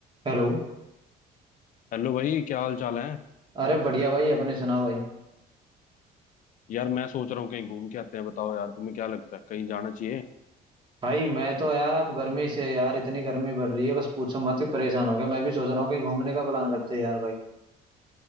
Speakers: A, on the right; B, on the left.
A: Hello
B: हेलो भाई क्या हाल चाल है
A: अरे बढ़िया भाई अपने सुनाओ भाई
B: यार मैं सोच रहा हूँ कहीं घूम के आते हैं बताओ यार तुम्हें क्या लगता है कहीं जाना चाहिए
A: भाई मैं तो यार आप गर्मी से यार इतनी गर्मी पड़ रही है बस पूछो मत ही परेशान हो गया मैं भी सोच रहा हूँ कहीं घूमने का प्लान करते हैं यार भाई